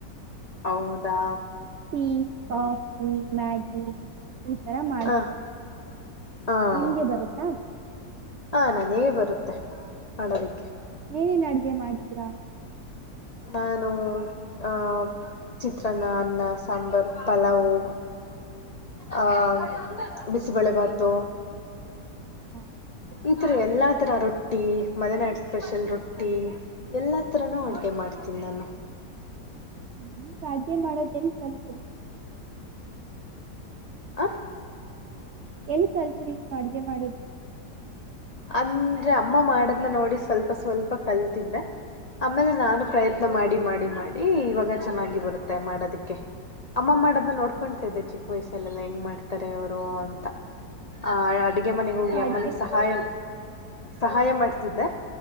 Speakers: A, on the left (about 90°); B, on the right (about 70°).
A: <unintelligible> ಹೌದಾ
B: ಟೀ ಕಾಫಿ ಮ್ಯಾಗಿ ಈ ತರ ಮಾಡ್
A: ಹ
B: <unintelligible>
A: ಹಾ
B: ನಿಮ್ಗೆ ಬರುತ್ತಾ
A: ಹಾ ನಾನ ಹೇಗೆ ಬರುತ್ತೆ ಮಾಡೋದಕ್ಕೆ.
B: ಏನೇನು ಅಡುಗೆ ಮಾಡ್ತೀರಾ.
A: ನಾನು ಆ ಚಿತ್ರಾನ್ನ ಅನ್ನ ಸಾಂಬಾರ್ ಪಲಾವವು ಆ ಬಿಸಿಬಳೆ ಭಾತು
B: <inaudible>
A: ಈ ತರ ಎಲ್ಲಾ ತರ ರೊಟ್ಟಿ ಮದನಾಡು ಸ್ಪೆಷಲ್ ರೊಟ್ಟಿ ಎಲ್ಲಾ <unintelligible> ತ್ರನು ಅಡುಗೆ
B: ಹಾಂ
A: ಮಾಡ್ತೀನಿ ನಾನು.
B: ಹ್ಮ್ ಅಡ್ಗೆ ಮಾಡೋದ ಎಂಗ್ ಕಲ್ಟ್ರಿ.
A: ಆ
B: ಎಲ್ಲಿ ಕಲ್ತ್ರಿ ನೀವು ಅಡ್ಗೆ ಮಾಡದು
A: ಅಂದ್ರೆ ಅಮ್ಮ ಮಾಡದ್ನ ನೋಡಿ ಸ್ವಲ್ಪ ಸ್ವಲ್ಪ ಕಲ್ತಿದ್ದೆ. ಆಮೇಲೆ ನಾನು ಪ್ರಯತ್ನ
B: ಹಾಂ
A: ಮಾಡಿ ಮಾಡಿ ಮಾಡಿ ಈ ಇವಾಗ ಚೆನ್ನಾಗಿ ಬರುತ್ತೆ ಮಾಡೋದಿಕ್ಕೆ ಅಮ್ಮ ಮಾಡೋದನ್ನ ನೋಡ್ಕೊತಾ
B: ಹಾಂ
A: ಇದ್ದೆ ಚಿಕ್ ವಯಸ್ಸಲ್ಲೆಲ್ಲ ಹೆಂಗ್ ಮಾಡ್ತಾರೆ ಅವರು ಅಂತ ಆ ಅಡುಗೆ ಮನೆಗೆ ಹೋಗಿ
B: ನೀವು ಅಡುಗೆ
A: ಅಮ್ಮನಿಗೆ ಸಹಾಯ ಸಹಾಯ ಮಾಡ್ತಿದ್ದೆ
B: ಹಾಂ